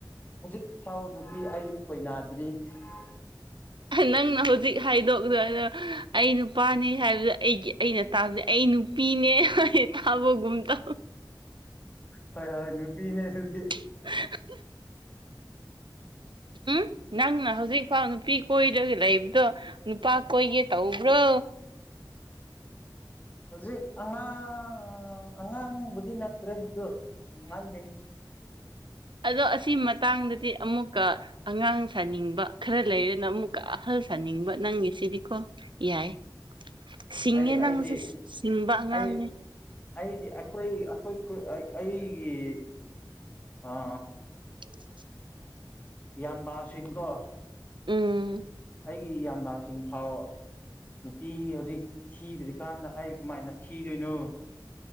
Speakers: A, on the left; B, on the right.
A: ꯍꯧꯖꯤꯛ ꯐꯥꯎ ꯅꯨꯄꯤ ꯑꯩ ꯈꯣꯏꯅꯥꯗ꯭ꯔꯤ <inaudible>
B: ꯅꯪꯅ ꯍꯧꯖꯤꯛ ꯍꯥꯏꯗꯣꯛꯂ ꯑꯗꯣ ꯑꯩ ꯅꯨꯄꯥꯅꯤ ꯍꯥꯏꯕꯗ ꯑꯩꯒꯤ ꯑꯩꯅ ꯇꯥꯕꯗ ꯑꯩ ꯄꯤꯅꯦ ꯊꯕ ꯨꯨꯝꯇꯥ
A: ꯍꯣꯏ ꯍꯣꯏ ꯅꯨꯄꯤꯅꯦꯁꯨꯗꯤ
B: <inaudible> ꯎꯝ ꯅꯪꯅ ꯍꯧꯖꯤꯛꯐꯥꯎ ꯅꯨꯄꯤ ꯀꯣꯏꯔꯒ ꯂꯩꯕꯗꯣ ꯅꯨꯄꯥ ꯀꯣꯏꯒꯦ ꯇꯧꯕ꯭ꯔꯣ
A: ꯍꯧꯖꯤꯛ ꯑꯉꯥꯡ ꯑꯉꯥꯡꯕꯨꯗꯤ ꯅꯠꯇ꯭ꯔꯦꯗꯣ ꯉꯜꯂꯤꯦ <inaudible>
B: ꯑꯗꯣ ꯑꯁꯤ ꯃꯇꯥꯡꯗꯗꯤ ꯑꯃꯨꯛꯀ ꯑꯉꯥꯡ ꯁꯥꯅꯤꯡꯕ ꯈꯔ ꯂꯩꯔꯦꯅ ꯑꯃꯨꯛꯀ ꯑꯍꯜ ꯁꯥꯅꯤꯡꯕ ꯅꯪꯉꯤ ꯁꯤꯗꯤꯀꯣ ꯌꯥꯏ ꯁꯤꯡꯉꯦ
A: ꯑꯩ ꯑꯩꯗꯤ
B: ꯅꯪꯁꯦ ꯁꯤꯡꯕ ꯑꯉꯥꯡꯅꯦ
A: ꯑꯩ ꯑꯩꯗꯤ ꯑꯩꯈꯣꯏ ꯑꯩꯈꯣꯏ ꯑꯩꯒꯤ ꯑ
B: <inaudible>
A: ꯏꯌꯥꯝꯕꯁꯤꯡꯀꯣ
B: ꯎꯝ
A: ꯑꯩꯒꯤ ꯏꯌꯥꯝꯕꯁꯤꯡ ꯐꯥꯎ ꯅꯨꯄꯤ ꯍꯧꯖꯤꯛ ꯊꯤꯗ꯭ꯔꯤꯀꯥꯟꯗ ꯑꯩ ꯀꯃꯥꯏꯅ ꯊꯤꯗꯣꯏꯅꯣ